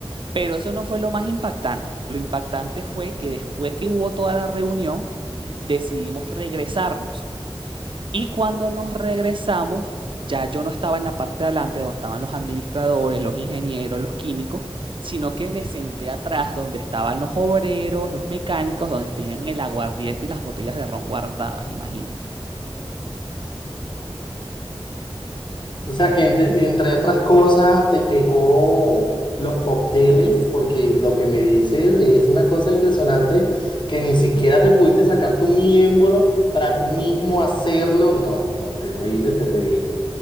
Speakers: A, on the right; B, on the left.
A: Pero eso no fue lo más impactante. Lo impactante fue que después que hubo toda la reunión, decidimos regresarnos. Y cuando nos regresamos, ya yo no estaba en la parte de adelante donde estaban los administradores, los ingenieros, los químicos, sino que me senté atrás donde estaban los obreros, los mecánicos, donde tenían el aguardiente y las botellas de ron guardadas, imagínate.
B: O sea que entre, entre otras cosas te pegó los cócteles, porque lo que me dices es una cosa impresionante que ni siquiera te pudiste sacar tu miembro para tú mismo hacerlo. No, no, terrible, terrible.